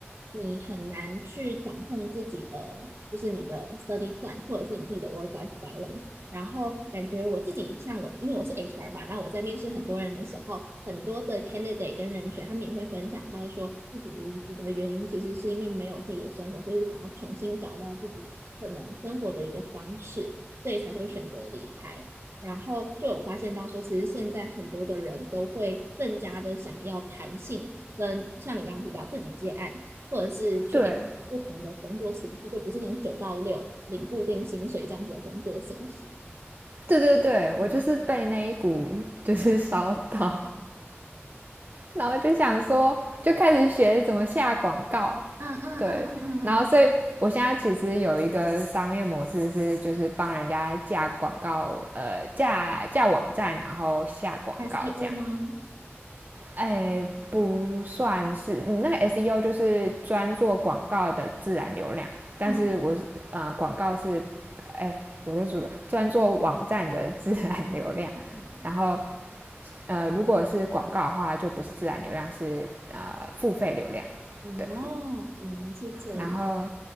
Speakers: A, on the right; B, on the right.
A: 你很难去掌控自己的，就是你的 study plan 或者是你自己的 work life balance。然后感觉我自己像我，因为我是 HR 嘛，那我在面试很多人的时候，很多的 candidate 跟人选，他们也会分享到说，自己离职的原因其实是因为没有自己的生活，所以想要重新找到自己可能生活的一个方式，所以才会选择离开。然后就有发现到说，其实现在很多的人都会更加的想要弹性，跟像你刚刚提到自己接案，或者是去不同的工作形式，
B: 对。
A: 就不是那种九到六领固定薪水这样子的工作形式。
B: 对对对，我就是被那一股就是烧到，
A: 嗯
B: 然后就想说，就开始学怎么下广告，
A: 嗯嗯嗯嗯
B: 对，然后所以我现在其实有一个商业模式是，就是帮人家架广告，呃，架架网站，然后下广告这样。
A: 嗯，SEO 吗？
B: 哎，不算是你那个 SEO 就是专做广告的自然流量，但是我呃广告是，
A: 嗯
B: 哎，我是说专做网站的自然流量，
A: 哦嗯
B: 然后呃，如果是广告的话，就不是自然流量，是呃付费流量。
A: 嗯，
B: 对，
A: 哦，我们是这样。
B: 然后